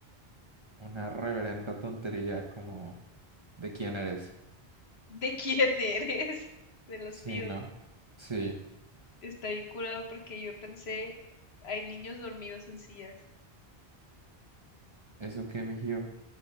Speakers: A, on the right; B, on the left.
A: una reverenda tontería como ¿de quién eres?
B: ¿De quién eres? <laughs> De los
A: Sí,
B: tíos.
A: ¿no? Sí,
B: Está bien curado porque yo pensé, hay niños dormidos en sillas.
A: eso que mijío.